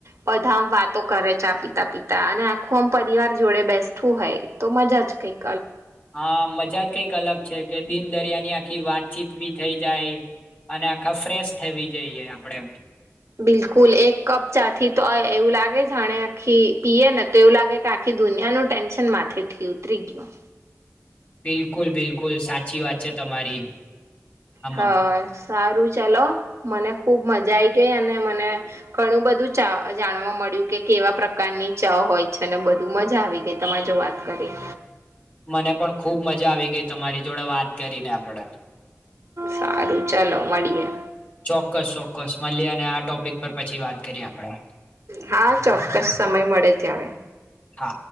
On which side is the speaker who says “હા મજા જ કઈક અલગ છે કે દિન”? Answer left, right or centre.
Left